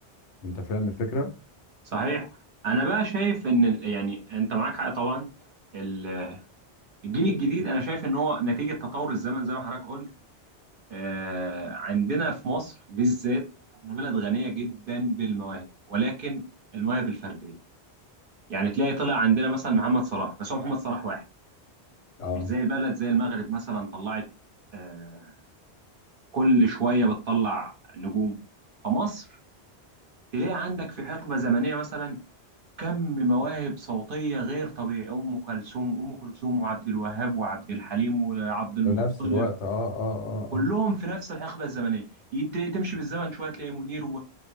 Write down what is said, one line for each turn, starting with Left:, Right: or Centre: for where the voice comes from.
Left: انت فاهم الفكره؟
Right: صحيح انا بقى شايف ان ال- يعني انت معاك حق طبعا ال- الجيل الجديد انا شايف ان هو نتيجه تطور الزمن زي ما حضرتك قلت آه، عندنا في مصر بالذات احنا بلد غنيه جدا بالمواهب ولكن المواهب الفرديه يعني تلاقي طلع عندنا مثلا محمد صلاح بس هو محمد صلاح واحد
Left: اه
Right: مش زي البلد زي المغرب مثلا طلعت آه، كل شويه بتطلع نجوم فمصر تلاقي عندك في حقبه زمنيه مثلا كم مواهب صوتية غير طبيعي أم كلثوم أم كلثوم وعبد الوهاب وعبد الحليم وعبد المطلب
Left: في نفس الوقت اه اه
Right: كلهم
Left: اه
Right: في نفس الحقبة الزمنية يت- تمشي بالزمن شوية تلاقي منير و...